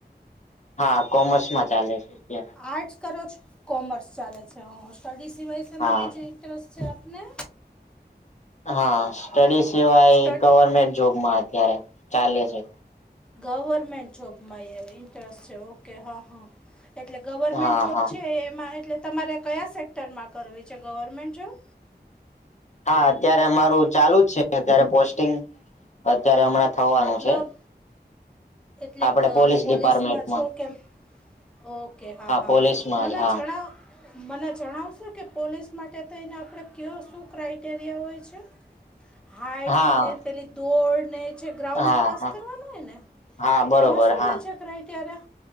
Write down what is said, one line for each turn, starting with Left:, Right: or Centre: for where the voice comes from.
Left: હા કોમર્સ માં ચાલે છે એમ
Centre: આર્ટ્સ કરો છો કોમર્સ ચાલે છે હ સ્ટડી સિવાય શેમાં
Left: હા
Centre: બીજે ઇન્ટરેસ્ટ છે આપને
Left: હા સ્ટડી સિવાય
Centre: સ્ટડ
Left: ગવર્મેન્ટ જોબમાં અત્યારે ચાલે છે
Centre: ગવર્મેન્ટ જોબમાં ઈન્ ટરસ્ટ છે ઓકે હા હા એટલે ગવર્મેન્ટ
Left: હા
Centre: જોબ
Left: હા
Centre: છે એમાં એટલે તમારે કયા સેક્ટરમાં કરવી છે ગવર્મેન્ટ જોબ
Left: હા અત્યારે અમારું ચાલુ જ છે. અત્યારે પોસ્ટિંગ અત્યારે હમણાં થવાનું
Centre: મતલબ
Left: છે
Centre: એટલે
Left: આપડે
Centre: ક
Left: પોલીસ ડિપાર્ટમેન્ટમાં
Centre: પોલીસમાં છો કેમ ઓકે હા હા
Left: પોલીસમાં
Centre: હા મને
Left: જ હા
Centre: જણાવ મને જણાવશો કે પોલીસ માટે થઈને આપણે કયો શું ક્રાઈટેરિયા હોય છે. હાઈટ
Left: હા
Centre: ને પેલી દોડ ને જે ગ્રાઉન્ડ
Left: હા
Centre: પાસ
Left: હા
Centre: કરવાનો હોય ને
Left: હા બરોબર
Centre: એમાં શું
Left: હા
Centre: વેચ ક્રાઈટેયા